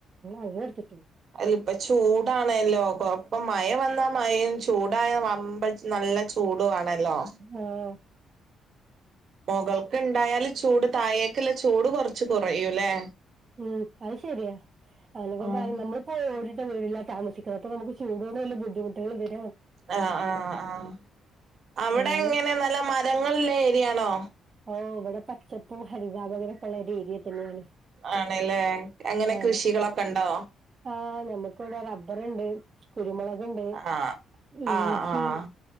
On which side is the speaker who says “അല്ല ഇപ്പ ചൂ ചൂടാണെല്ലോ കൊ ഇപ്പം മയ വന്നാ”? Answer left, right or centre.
Right